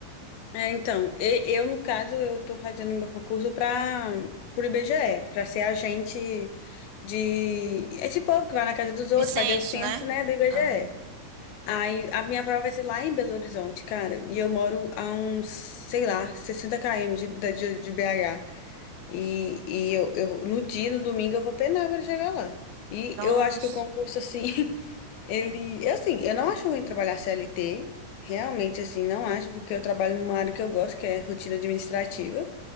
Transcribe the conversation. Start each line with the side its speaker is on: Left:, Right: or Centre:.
Left: É, então, e- eu, no caso, eu tô fazendo meu concurso para pro IBGE, para ser agente de esse povo que vai na casa dos outros,
Right: Dissenso,
Left: fazer o censo,
Right: né?
Left: né, do IBGE.
Right: Ah,
Left: Aí a minha prova vai ser lá em Belo Horizonte, cara, e eu moro a uns, sei lá, sessenta km de, da- de, de BH. E, e eu, eu, no dia, no domingo, eu vou penar para chegar lá. E
Right: nossa,
Left: eu acho que o concurso, assim, <laughs> E, assim, eu não acho ruim trabalhar CLT, realmente, assim, não acho, porque eu trabalho numa área que eu gosto, que é rotina administrativa.